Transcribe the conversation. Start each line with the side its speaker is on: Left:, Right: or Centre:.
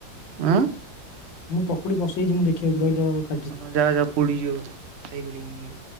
Right: ଆଁ,
Left: ମୁଁ ପକୁଡି ବସେଇଛି ମୁଁ ଦେଖିଆଉଛି ରହିଲୁ ରଖ।
Right: ଓ ହଁ ଯାଅ ଯାଅ ପୋଡିଯିବ ଖାଇପାରିବନି ଆଉ।